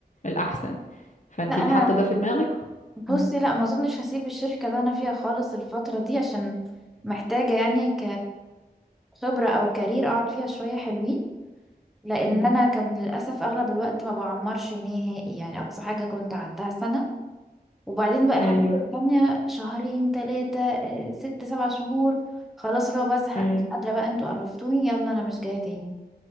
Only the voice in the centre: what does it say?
لا انا
بصي
لا ما اظنش هسيب الشركة اللي انا فيها خالص الفترة دي عشان محتاجة يعني كخبرة او كارير اقعد فيها شوية حلوين لان
انا كان للاسف اغلب الوقت ما بعمرش نهائي يعني اقصى حاجه كنت قعدتها سنه وبعدين بقى الحاجات
التانية شهرين تلاتة آه، ست سبع شهور خلاص اللي هو بزهق
مش قادره بقى انتوا قرفتوني يلا انا مش جايه تاني